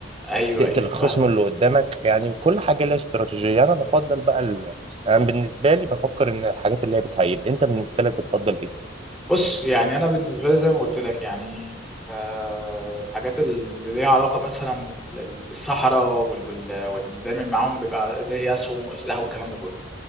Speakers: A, in the centre; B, on the right.
A: ايوه
B: تقتل
A: ايوه فاهم
B: الخصم اللي قدامك يعني كل حاجة لها استراتيجية يعني أنا بفضل بقى ال... أنا بالنسبة لي بفكر إن الحاجات اللي هي بتهيل أنت بالنسبة لك بتفضل إيه؟
A: بص يعني انا بالنسبة لي زي ما قلت لك يعني آه، الحاجات اللي ليها علاقة مثلا بالصحراء وال وال وال- دايما معاهم بيبقى زي اسهم واسلحه والكلام ده كله